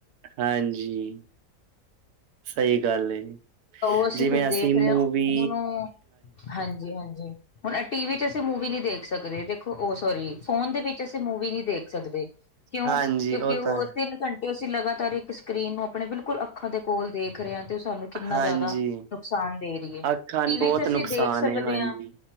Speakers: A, on the right; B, on the left.
A: ਹਾਂਜੀ! ਸਹੀ ਗੱਲ ਏ।
B: ਉਹ ਅਸੀਂ
A: ਜਿਵੇਂ
B: ਫਿਰ ਦੇਖ
A: ਮੂਵੀ
B: ਰਹੇ ਹਾਂ ਹੁਣ ਉਹ ਹਾਂਜੀ ਹਾਂਜੀ ਹੁਣ ਟੀ ਵੀ ਚ ਅਸੀਂ ਮੂਵੀ ਨਹੀਂ ਦੇਖ ਸਕਦੇ ਦੇਖੋ ਉਹ ਸੋਰੀ ਫੋਨ ਦੇ ਵਿੱਚ ਅਸੀਂ ਮੂਵੀ ਨਹੀਂ ਦੇਖ ਸਕਦੇ ਕਿਉਂ
A: ਹਾਂਜੀ
B: ਕਿਉਂਕਿ ਉਹ
A: ਤਾਂ ਹੈ
B: ਤਿੰਨ ਘੰਟੇ ਤੇ ਅਸੀਂ ਲਗਾਤਾਰ ਇੱਕ ਸਕਰੀਨ ਨੂੰ ਆਪਣੇ ਬਿਲਕੁਲ ਅੱਖਾਂ ਦੇ ਕੋਲ ਦੇਖ ਰਹੇ ਹਾਂ ਤੇ ਉਹ ਸਾਨੂੰ ਕਿੰਨਾ
A: ਹਾਂਜੀ,
B: ਜ਼ਿਆਦਾ ਨੁਕਸਾਨ ਦੇ ਰਹੀ ਹੈ
A: ਅੱਖਾਂ
B: ਟੀਵੀ
A: ਨੂੰ ਬਹੁਤ
B: ਚ ਅਸੀਂ
A: ਨੁਕਸਾਨ
B: ਦੇਖ ਸਕਦੇ
A: ਏ ਹਾਂਜੀ।
B: ਹਾਂ